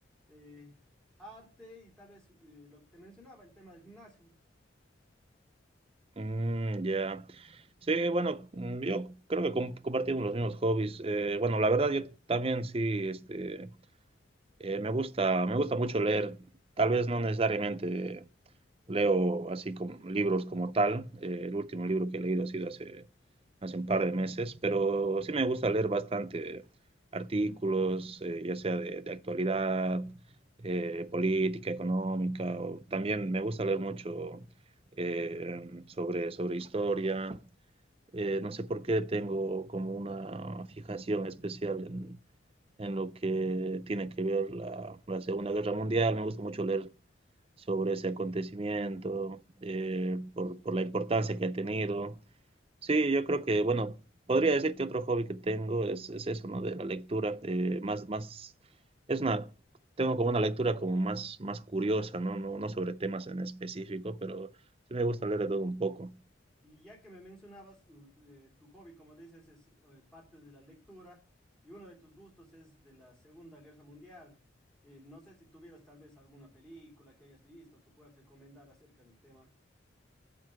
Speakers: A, in the centre; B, on the right.
A: eh, arte y tal vez eh, lo que te mencionaba, el tema del gimnasio.
B: Mm, ya. Sí, bueno, mm, yo creo que com- compartimos los mismos hobbies. Eh, bueno, la verdad, yo también sí, este, Eh, me gusta, me gusta mucho leer. Tal vez no necesariamente leo así como libros como tal. Eh, el último libro que he leído ha sido hace, hace un par de meses, pero sí me gusta leer bastante artículos, eh, ya sea de, de actualidad, eh, política, económica. o- también me gusta leer mucho eh, sobre, sobre historia. Eh, no sé por qué tengo como una fijación especial en lo que tiene que ver la, la Segunda Guerra Mundial. Me gusta mucho leer sobre ese acontecimiento, eh, por, por la importancia que ha tenido. Sí, yo creo que, bueno, podría decir que otro hobby que tengo es, es eso, ¿no? De la lectura, eh, más, más, es una, tengo como una lectura como más, más curiosa, ¿no? No, no sobre temas en específico, pero sí me gusta leer de todo un poco.
A: Y ya que me mencionabas, u- eh, tu hobby, como dices, es eh, parte de la lectura y uno de tus gustos es de la Segunda Guerra Mundial. Eh, no sé si tuvieras tal vez alguna película que hayas visto que puedas recomendar acerca del tema.